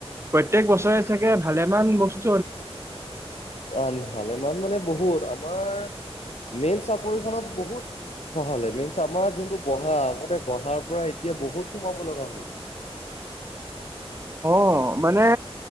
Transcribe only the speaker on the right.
প্ৰত্যেক বছৰে চাগে ভালেমান বচ
অ মানে